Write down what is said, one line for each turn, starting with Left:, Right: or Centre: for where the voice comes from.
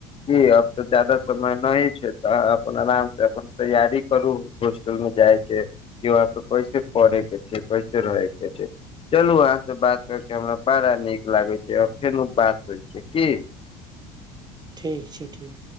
Left: जी अब तऽ ज्यादा समय नहि छै तऽ आहाँ अपन आराम से अपन तैयारी करु होस् टल मे जाइ के की वहाँ पर कैसे पढ़ै के छै कैसे रहे के छै चलु अहाँ बात कर के हमरा बड़ा नीक लागै छै आओर फेनू बात होइ छै की
Right: ठीक छै ठीक